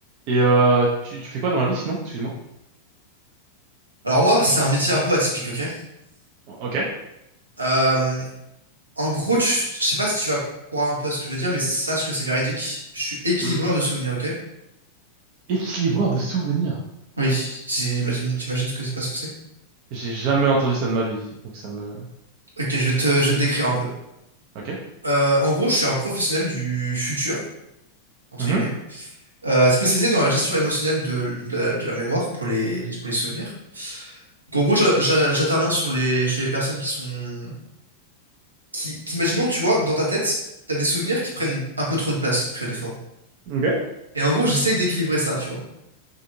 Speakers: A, on the right; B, on the right.
A: Et euh, tu, tu fais quoi dans la vie sinon? Excuse-moi.
B: Alors moi, c'est un métier un peu atypique, ok?
A: Ok.
B: euh, en gros, tu- je sais pas si tu vas croire un peu à ce que je vais dire, mais sache que c'est véridique. Je suis équilibreur
A: Mhm.
B: de souvenirs, ok?
A: Équilibreur de souvenirs.
B: Oui, t'imagines, t'imagines ce que c'est pas ce que c'est?
A: J'ai jamais entendu ça de ma vie, donc ça me...
B: Ok, je vais te, je vais te décrire un peu.
A: Ok.
B: Euh, en gros, je suis un professionnel du futur, entre
A: Mhm.
B: guillemets, euh, spécialisé dans la gestion émotionnelle de, donc la, de la mémoire pour les, les- pour les souvenirs. Donc, en gros, j'a- j'a- j'interviens sur les, chez les personnes qui sont, qui, qui, imaginons, tu vois, dans ta tête, t'as des souvenirs qui prennent un peu trop de place, tu vois, des fois.
A: Ok.
B: Et en gros, j'essaye d'équilibrer ça, tu vois.